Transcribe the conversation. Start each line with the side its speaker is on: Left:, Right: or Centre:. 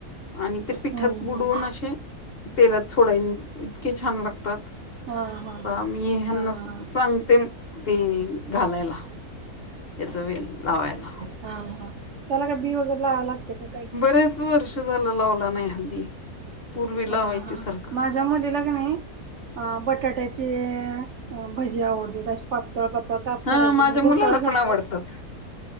Left: आणि ते पिठांत
Right: हम्म
Left: बुडवूंन
Right: हम्म
Left: असे तेलांत सोडावं इतके छान लागतांत
Right: हा हा हा
Left: आम्हीं यांना मी ह्यांना
Right: हा
Left: सांगते ते घालांयला त्यांचा वेल लावांयला
Right: हां हां त्यांला कां बी वगैरें लांवा लागते कायं की
Left: रेचवरं ते झालं लावलं नाहीं हल्ली पूर्वी
Right: हां
Left: लावायची
Right: हां
Left: सारखं
Right: माझं ज्या मुलीला का नाही अ बटाट्याचे भजी आवडते त्या प पळ पळ काप
Left: हा
Right: करायची
Left: माझ्या
Right: म्हणजे
Left: मुलाला
Right: खूप सळ्यासारखंच.
Left: पण आवडतात